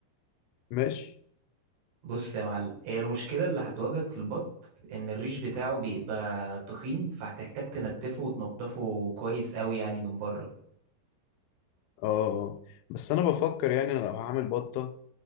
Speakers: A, on the left; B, on the right.
A: ماشي
B: بص يا معلم هي المشكلة اللي هتواجهك في البط إن الريش بتاعه بيبقى تخين فهتحتاج تنتفه وتنضفه كويس قوي يعني من بره
A: اه آه. بس انا بفكر يعني أنا لو هعمل بطة